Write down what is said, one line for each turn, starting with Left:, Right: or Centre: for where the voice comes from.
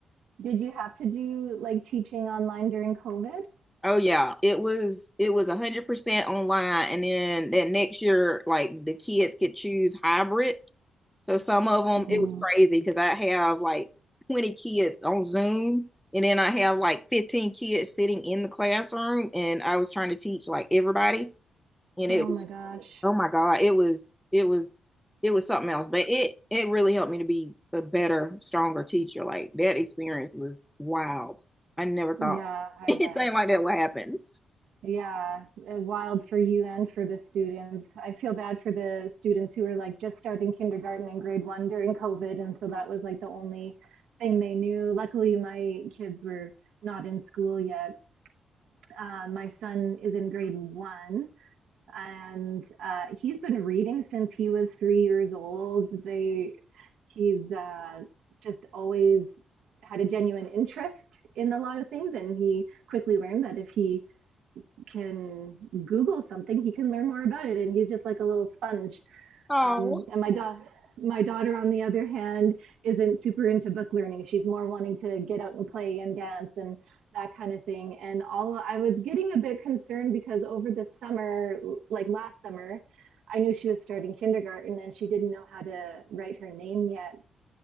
Right: did you have to do like teaching online during COVID?
Centre: Oh yeah, it was it was 100% online and then that next year like the kids could choose hybrid So some of them,
Right: Mm.
Centre: it was crazy because I have like 20 kids on Zoom, and then I have like 15 kids sitting in the classroom, and I was trying to teach like everybody, and
Right: Oh
Centre: it was,
Right: my gosh.
Centre: oh my God, it was it was it was something else. But it it really helped me to be a better, stronger teacher. Like that experience was wild. I never thought
Right: Yeah,
Centre: <laughs>
Right: I
Centre: anything
Right: bet.
Centre: like that would happen.
Right: Yeah, uh, wild for you and for the students. I feel bad for the students who were like just starting kindergarten and grade 1 during COVID and so that was like the only thing they knew. Luckily my kids were not in school yet. Uh, my son is in grade 1 and uh, he's been reading since he was three years old. They, he's uh, just always had a genuine interest in a lot of things, and he quickly learned that if he can Google something, he can learn more about it. And he's just like a little sponge,
Centre: Oh,
Right: um, and my daughter. My daughter, on the other hand, isn't super into book learning. She's more wanting to get out and play and dance and that kind of thing. And all I was getting a bit concerned because over the summer, like last summer, I knew she was starting kindergarten and she didn't know how to write her name yet.